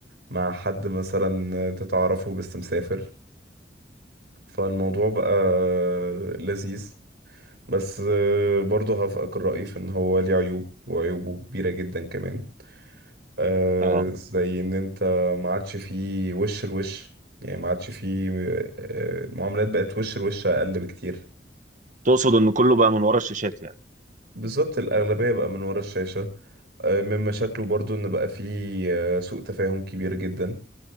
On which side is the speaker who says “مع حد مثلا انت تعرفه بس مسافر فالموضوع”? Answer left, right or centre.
Right